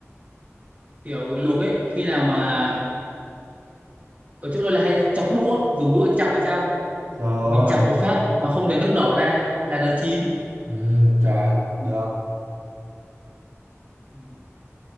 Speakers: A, on the right; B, on the right.
A: kiểu luộc ấy khi nào mà ở chỗ tôi là hay chọc đũa dùng đũa chọc vào trong
B: trời
A: mình chọc
B: ơi
A: một phát mà không để nước đỏ ra là nó chín
B: ừ, chọn được
A: Ừ.